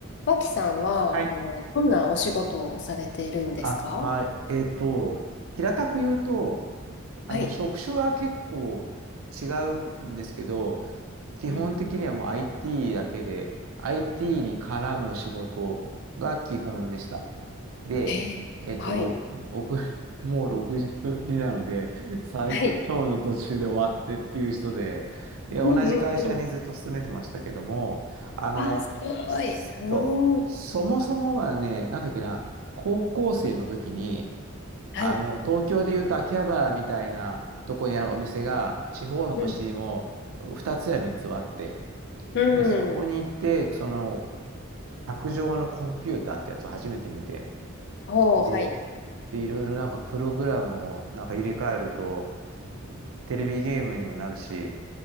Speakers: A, on the left; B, on the right.
A: 脇さんは、
B: はい。
A: あの、どんなお仕事をされているんですか
B: あ、はい。えっと、平たく言うと、あの、
A: はい。
B: 職種は結構違うんですけど、基本的にはもう
A: うん。
B: IT だけで、IT に絡む仕事が基本でした。で、
A: えー、
B: えっと、
A: はい。
B: 僕、<laughs> もう6になので、再雇用の途中で終わってっていう人で、
A: はい。
B: で、同じ会社にずっと勤めてましたけども、
A: うんうんうん。
B: あの、
A: あー、すごい。
B: そう、
A: うーん。
B: そもそもはね、なんだっけな、高校生の時に、
A: はい。
B: あの、東京でいうと秋葉原みたいなとこにあるお店が、地方の都市にも2つや3つはあって、
A: うん。う
B: で、そこに行って、
A: ん。
B: その、卓上のコンピューターってやつを初めて見て、
A: おー、
B: で、
A: はい。
B: で、いろいろなんかプログラムをなんか入れ替えると、テレビゲームにもなるし、